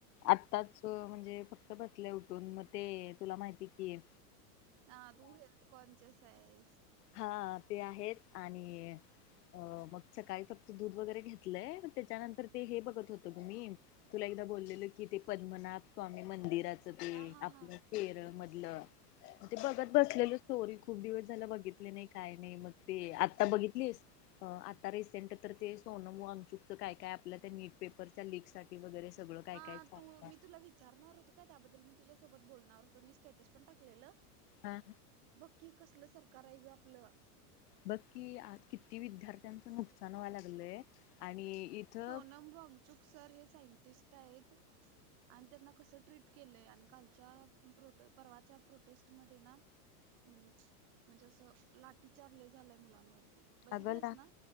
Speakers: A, on the left; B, on the right.
A: आताच म्हणजे फक्त बसले उठून मग ते तुला माहिती की आहे.
B: हा तू हेल्थ कॉन्शियस आहेस.
A: हा ते आहे आणि अ मग सकाळी फक्त दूध वगैरे घेतलंय मग त्याच्यानंतर ते हे बघत होते तुम्ही? तुला एकदा बोललेलं कि ते पद्मनाथ स्वामी मंदिराच ते
B: हा हा
A: आपलं.
B: हा
A: केरळ मधल ते बघत बसलेल स्टोरी खूप दिवस झाले बघितले नाही काय नाही मग ते आत्ता बघितली. आता रिसेंट तर ते सोनम वागचुकचं काय काय आपल्या त्या निट पेपरच्या लीकसाठी. वगैरे सगळं. काय
B: हा
A: काय चाललंय
B: तू मी तुला विचारणार होते. का त्याबद्दल मी तुझ्या सोबत बोलणार होते मी स्टेटस पण टाकलेल.
A: हा
B: बघ की कसलं सरकार आहे ग आपलं
A: बघ कि आज किती विद्यार्थ्यांचं नुकसान व्हा लागलंय आणि इथं
B: सोनम वांगचुक सर हे सायंटिस्ट आहेत. आणि त्यांना कसं ट्रीट केलंय आणि कालच्या परवाच्या प्रोटेस्टमध्ये ना. हम्म म्हणजे असं लाठीचार लय झालंय मुलांवरती. बघितलंस
A: अगला.
B: ना